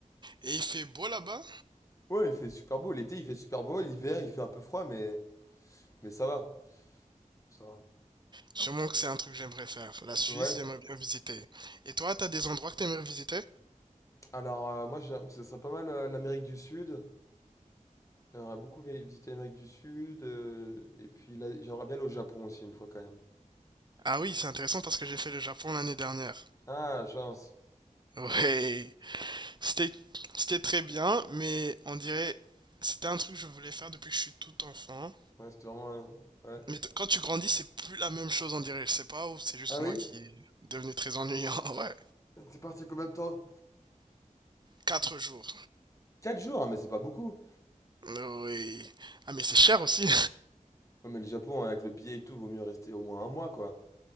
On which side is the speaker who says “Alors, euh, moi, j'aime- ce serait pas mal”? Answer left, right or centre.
Left